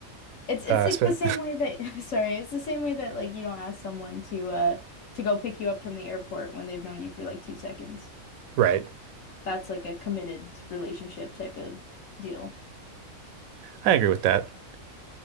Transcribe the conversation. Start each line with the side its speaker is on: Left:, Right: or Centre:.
Left: It's it's
Right: Uh,
Left: like
Right: sp-
Left: the same way that <laughs> sorry, it's the same way that like you don't ask someone to uh to go pick you up from the airport when they've known you for like two seconds.
Right: <laughs> right.
Left: That's like a committed relationship type of deal.
Right: I agree with that.